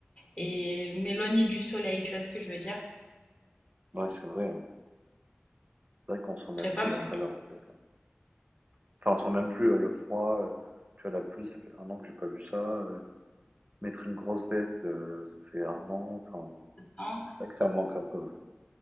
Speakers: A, on the left; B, on the right.
A: et m'éloigner du soleil, tu vois ce que je veux dire?
B: Ouais, c'est vrai. hein. C'est vrai qu'on sent
A: Ce
B: même
A: serait
B: plus
A: pas mal.
B: la chaleur en fait. Enfin, on sent même plus euh, le froid. euh, tu vois, la pluie, ça fait un an que j'ai pas vu ça. Mettre une grosse veste, heu, ça fait 1 an, enfin,
A: hein
B: c'est vrai que ça manque un peu, ouais.